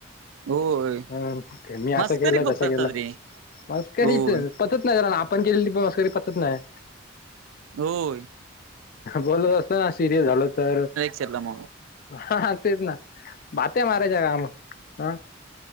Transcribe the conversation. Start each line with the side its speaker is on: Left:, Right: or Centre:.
Right: होय
Left: हम मी
Right: मस्करी
Left: असं केले
Right: खूप
Left: तसं
Right: करतात
Left: केलं
Right: रे
Left: मा का
Right: होय
Left: पचत नाही काररा ना आपण केलेलीकरी पचत नाही
Right: होय
Left: बोलत असत ना सिरियस झाल तर
Right: सरला म
Left: हा तेच ना बाते मारायच्या काम हं.